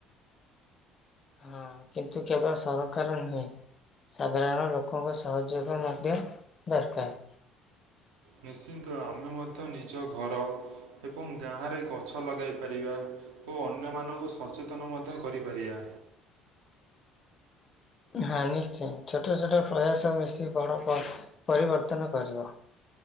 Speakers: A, on the left (about 40°); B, on the right (about 75°).
A: ହଁ କିନ୍ତୁ କେବଳ ସରକାର ନୁହେଁ, ସାଧାରଣ ଲୋକଙ୍କ ସହଯୋଗ ମଧ୍ୟ ଦରକାର୍,
B: ନିଶ୍ଚିନ୍ତ ଆମେ ମଧ୍ୟ ନିଜ ଘର, ଏବଂ ଗାଁରେ ଗଛ ଲଗାଇ ପାରିବା ଓ ଅନ୍ୟମାନଙ୍କୁ ସଚେତନ ମଧ୍ୟ କରିପାରିବା,
A: ହଁ ନିଶ୍ଚୟ ଛୋଟ-ଛୋଟ ପ୍ରୟାସ ମିଶି ବଡ଼ ପର୍ବ ପରିବର୍ତ୍ତନ କରିବ,